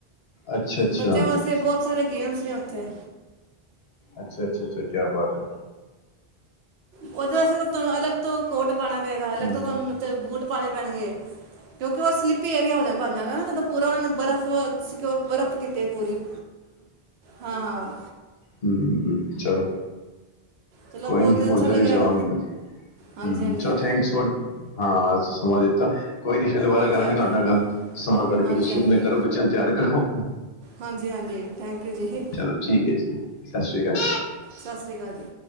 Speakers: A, on the left (about 75°); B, on the right (about 80°).
A: ਅੱਛਾ-ਅੱਛਾ।
B: ਬੱਚਿਆਂ ਵਾਸਤੇ ਬਹੁਤ ਸਾਰੇ ਗੇਮਸ ਨੇ ਉੱਥੇ।
A: ਅੱਛਾ-ਅੱਛਾ, ਅੱਛਾ ਕਿਆ ਬਾਤ ਹੈ।
B: ਉਹਦੇ ਵਾਸਤੇ ਤੁਹਾਨੂੰ ਅਲੱਗ ਤੋਂ ਕੋਟ ਪਾਉਣਾ ਪਏਗਾ। ਅਲੱਗ
A: ਹੂੰ-ਹੂੰ।
B: ਤੋਂ ਤੁਹਾਨੂੰ ਬੂਟ ਪਾਉਣੇ ਪੈਣਗੇ। ਕਿਉਂਕਿ ਉਹ ਸਲਿੱਪੀ ਏਰੀਆ ਹੋ ਜਾਂਦਾ ਬਣ ਜਾਂਦਾ ਨਾ। ਜਦੋਂ ਪੂਰਾ ਉਹਨਾਂ ਨੇ ਬਰਫ਼ ਸਓ ਬਰਫ਼ ਕੀਤੀ ਪੂਰੀ। ਹਾਂ।
A: ਹੂੰ, ਚਲੋ।
B: ਚਲੋ
A: ਕੋਈ
B: ਬਹੁਤ
A: ਨਹੀਂ,
B: ਅੱਛਾ
A: ਉਧਰ
B: ਲੱਗਿਆ
A: ਵੀ ਜਾਵਾਂਗੇ ਕਦੀ।
B: ਹਾਂਜੀ
A: ਹੂੰ,
B: ਹਾਂਜੀ
A: ਚਲੋ ਥੈਂਕਸ ਫੋਰ ਹਾਂ, ਸਮਾਂ ਦਿੱਤਾ ਕੋਈ ਨ ਫੇਰ ਦੁਬਾਰਾ
B: ਹਾਂਜੀ
A: ਕਰਾਂਗੇ
B: ਹਾਂਜੀ ਹਾਂਜੀ
A: ਤੁਹਾਡੇ ਨਾਲ ਗੱਲ। ਸਮਾਂ ਕੱਢ
B: ਹਾਂਜੀ
A: ਕੇ ਤੁਸੀਂ ਆਪਣੇ ਘਰੋ, ਬੱਚਿਆਂ ਨੂੰ ਤਿਆਰ ਕਰੋ।
B: ਹਾਂਜੀ ਹਾਂਜੀ ਥੈਂਕ ਯੂ ਜੀ
A: ਚਲੋ ਠੀਕ। ਓਕ ਜੀ, ਸਤਿ ਸ਼੍ਰੀ ਅਕਾਲ ਜੀ।
B: ਸਤਿ ਸ਼੍ਰੀ ਅਕਾਲ ਜੀ।